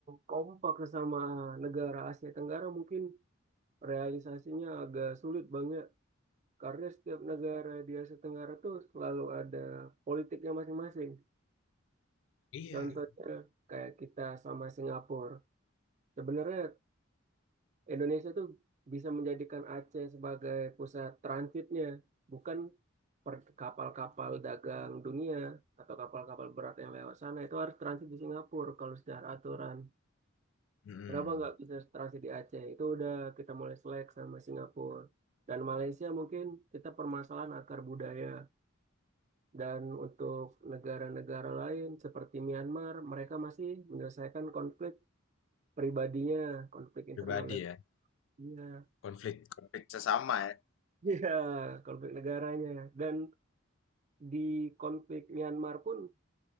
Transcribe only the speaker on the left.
Iya.
Mm-mm.
Pribadi ya.
Konflik konflik sesama ya.